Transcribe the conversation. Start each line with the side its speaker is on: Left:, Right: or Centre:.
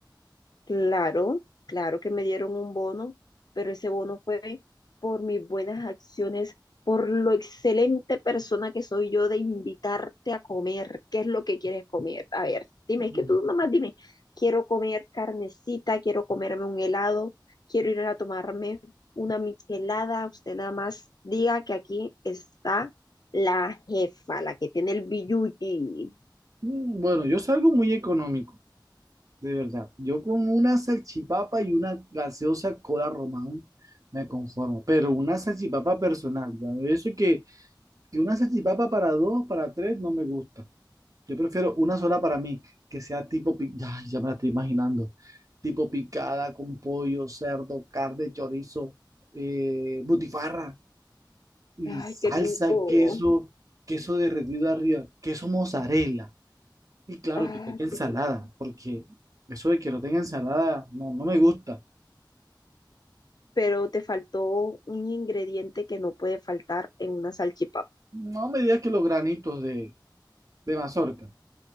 Left: Claro, claro que me dieron un bono, pero ese bono fue por mis buenas acciones, por lo excelente persona que soy yo de invitarte a comer. ¿Qué es lo que quieres comer? A ver, dime,
Right: Mm,
Left: es que tú nomás dime, quiero comer carnecita, quiero comerme un helado, quiero ir a tomarme una michelada. Usted nada más diga que aquí está la jefa, la que tiene el billuyi.
Right: Bueno, yo salgo muy económico. de verdad. Yo con una salchipapa y una gaseosa cola Román me conformo, pero una salchipapa personal, ya, Eso que, que una salchipapa para dos, para tres, no me gusta. Yo prefiero una sola para mí, que sea tipo, pi- ay, ya me la estoy imaginando, tipo picada con pollo, cerdo, carne, chorizo, eh, butifarra y
Left: Ay,
Right: salsa,
Left: qué rico.
Right: queso, queso derretido arriba, queso mozzarella. Y claro,
Left: Ay,
Right: que tenga ensalada,
Left: qué rico.
Right: porque eso de que no tenga ensalada no, no me gusta.
Left: pero te faltó un ingrediente que no puede faltar en una salchipapa.
Right: No me digas que los granitos de, de mazorca.